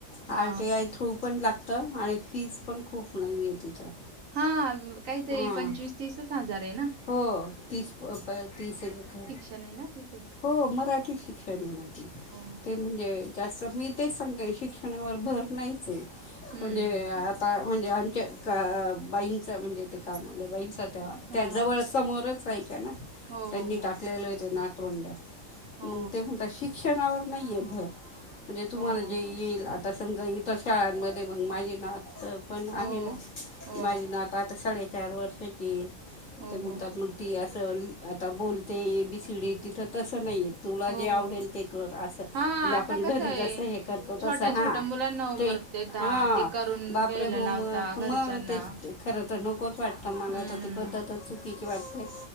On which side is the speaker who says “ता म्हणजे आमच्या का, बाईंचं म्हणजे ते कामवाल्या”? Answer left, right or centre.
Left